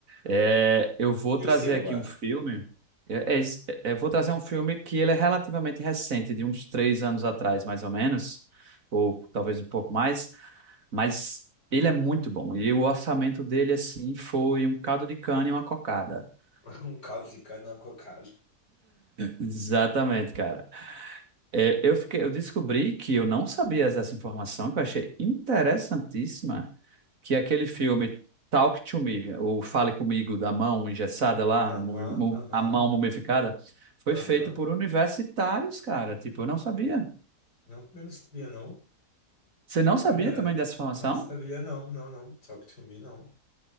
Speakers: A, on the right; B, on the left.
A: É, eu vou
B: E
A: trazer
B: o seu
A: aqui
B: agora?
A: um filme. Eu, é isso, é, eu vou trazer um filme que ele é relativamente recente, de uns três anos atrás, mais ou menos, ou talvez um pouco mais Mas ele é muito bom. E o orçamento dele, assim, foi um caldo de cana e uma cocada. <laughs>
B: <laughs> Um caso de cana na cocada.
A: Exatamente, cara. É, eu fiquei, eu descobri que eu não sabia dessa informação, que eu achei interessantíssima, que aquele filme Talk to Me, ou Fale Comigo, da mão engessada lá,
B: Aham,
A: mu- mu-
B: aham,
A: a mão mumificada, foi
B: aham.
A: feito por universitários, cara. Tipo, eu não sabia.
B: Não, também não sabia, não.
A: Você não
B: Olha,
A: sabia também dessa informação?
B: não sabia, não, não, não. Talk to me, não.